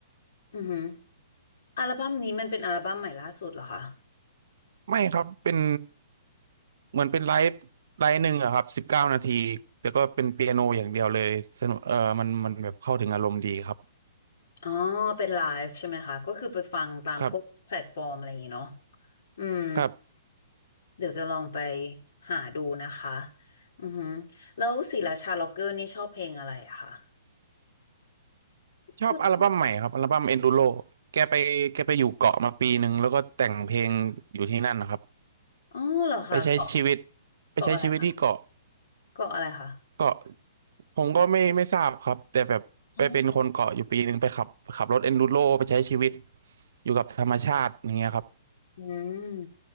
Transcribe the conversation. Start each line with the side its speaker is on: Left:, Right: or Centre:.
Left: อือหืออัลบั้มนี้มันเป็นอัลบั้มใหม่ล่าสุดเหรอคะ
Right: ไม่ครับเป็นเหมือนเป็นไลฟ์ไลฟ์หนึ่งอะครับสิบเก้านาทีแต่ก็เป็นเปียโนอย่างเดียวเลยสนุกเออมันมันแบบเข้าถึงอารมณ์ดีครับ
Left: อ๋อเป็นไลฟ์ใช่ไหมคะก็คือไปฟังตามพวกแพลตฟอร์มอะไรอย่างงี้เนาะ
Right: ครับ
Left: อืม
Right: ครับ
Left: เดี๋ยวจะลองไปหาดูนะคะอือหือแล้วศิลาชาล็อกเกอร์นี่ชอบเพลงอะไรอะคะ
Right: ชอบอัลบั้มใหม่ครับอัลบั้ม
Left: ปุ๊บ
Right: Enduro แกไปแกไปอยู่เกาะมาปีหนึ่งแล้วก็แต่งเพลงอยู่ที่นั่นนะครับ
Left: อ๋อเหรอคะเกาะ
Right: ไปใช้ชีวิตไปใช้ชีวิตที่เกาะ
Left: เกาะอะไรคะเกาะอะไรคะ
Right: เกาะผมก็ไม่ไม่ทราบครับแต่แบบไปเป็นคนเกาะอยู่ปีหนึ่งไปขับขับรถ
Left: อ๋อ
Right: Enduro ไปใช้ชีวิตอยู่กับธรรมชาติอย่างเงี้ยครับ
Left: อืม